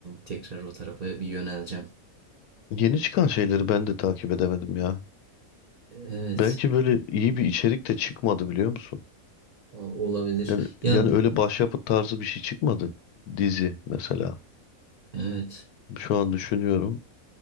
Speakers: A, on the right; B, on the left.
A: tekrar o tarafa bir yöneleceğim.
B: Yeni çıkan şeyleri ben de takip edemedim ya.
A: Evet,
B: Belki böyle iyi bir içerik de çıkmadı biliyor musun?
A: o- olabilir.
B: Yani,
A: Ya
B: yani öyle başyapıt tarzı bir şey çıkmadı dizi mesela.
A: evet.
B: Şu an düşünüyorum.